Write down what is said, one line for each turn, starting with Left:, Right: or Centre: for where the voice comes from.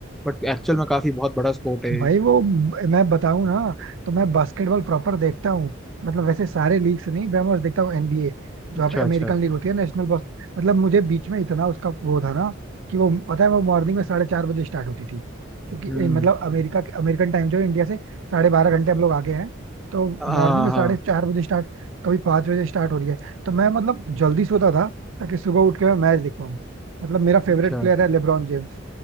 Centre: बट एक्चुअल में काफी बहुत बड़ा स्पोर्ट है ये।
Right: भाई वो मैं बताऊं ना तो मैं बास्केटबॉल प्रॉपर देखता हूँ मतलब वैसे सारे लीग से नहीं मैं बस देखता हूँ एनबीए जो
Centre: अच्छा
Right: पे अमेरिकन
Centre: अच्छा
Right: लीग होती है नेशनल बॉस मतलब मुझे बीच में इतना उसका वो था ना कि वो पता है वो मॉर्निंग में साढ़े चार बजे स्टार्ट होती थी क्योंकि
Centre: हम्म
Right: ए, मतलब अमेरिका के अमेरिकन टाइम जो है इंडिया से साढ़े बारह घंटे हम लोग आगे हैं तो
Centre: हाँ
Right: मॉर्निंग में
Centre: हाँ
Right: साढ़े चार बजे स्टार्ट कभी पाँच बजे स्टार्ट हो रही है तो मैं मतलब जल्दी सोता था ताकि सुबह उठ के मैं मैच देख पाऊँ मतलब मेरा
Centre: अच्छा
Right: फेवरेट प्लेयर है लेब्रॉन जेम्स